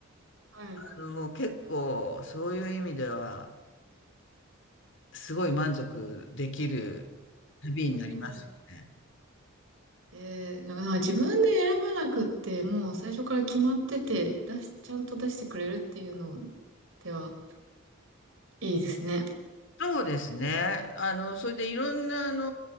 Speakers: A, on the right (about 65°); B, on the left (about 60°).
A: はい。
B: あの、結構、そういう意味では、すごい満足できる旅になりますよね。
A: うん。ええだから自分で選ばなくって、もう最初から決まってて、出し、ちゃんと出してくれるっていうのでは、いいですね。
B: そうですね。あの、それでいろんな、あ